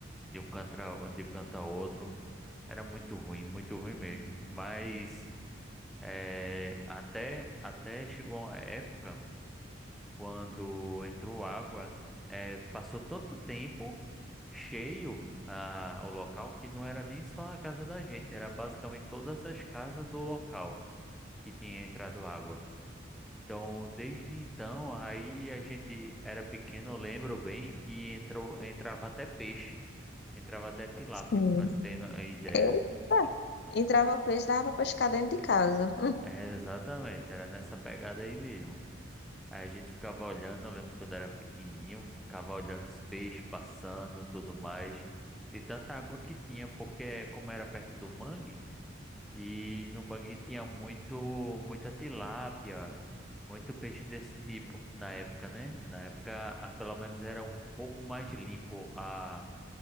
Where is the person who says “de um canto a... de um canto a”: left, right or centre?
Centre